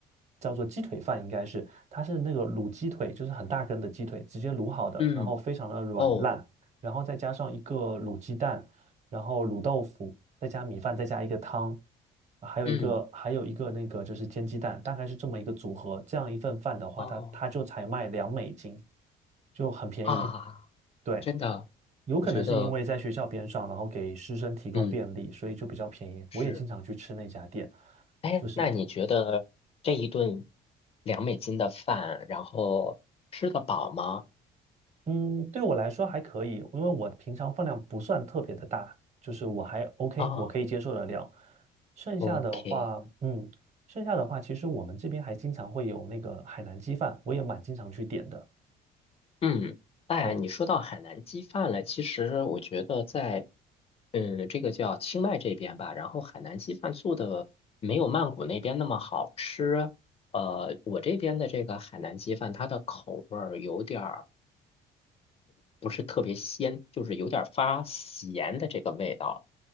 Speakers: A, on the right; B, on the left.
A: 叫做鸡腿饭，应该是它是那个卤鸡腿，就是很大根的鸡腿，直接卤好的，
B: 嗯
A: 然后非常的软烂，
B: 哦
A: 然后再加上一个卤鸡蛋。然后卤豆腐，再加米饭，再加一个汤，还有一个还有一个那个就是煎鸡蛋，
B: 嗯
A: 大概是这么一个组合。这样一份饭的话，
B: 哦
A: 它它就才卖两美金，就很便宜。
B: 啊，
A: 对，
B: 真的，
A: 有可能是因为在学校边上，
B: 我觉得
A: 然后给师生提供便利，
B: 嗯
A: 所以就比较便宜。
B: 是。
A: 我也经常去吃那家店，
B: 哎，
A: 就是。
B: 那你觉得这一顿两美金的饭，然后吃得饱吗？
A: 嗯，对我来说还可以，因为我平常饭量不算特别的大，就是我还 OK，
B: 啊
A: 我可以接受得了。剩下的话，
B: ，OK，
A: 嗯，剩下的话，其实我们这边还经常会有那个海南鸡饭，我也蛮经常去点的。
B: 嗯，哎，
A: 对，
B: 你说到海南鸡饭了，其实我觉得在，嗯，这个叫清迈这边吧，然后海南鸡饭做的没有曼谷那边那么好吃。呃，我这边的这个海南鸡饭，它的口味儿有点儿不是特别鲜，就是有点儿发咸的这个味道。